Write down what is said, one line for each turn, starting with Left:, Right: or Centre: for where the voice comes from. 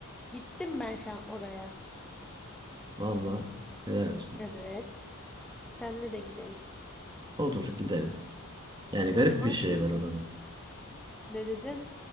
Centre: gittim ben şan oraya.
Right: Vallahi helal olsun.
Centre: Evet. Senle de gidelim.
Right: Olur gideriz. Yani
Centre: O
Right: garip
Centre: zaman
Right: bir şey
Centre: gidelim.
Right: var oranın.
Centre: Ne dedin?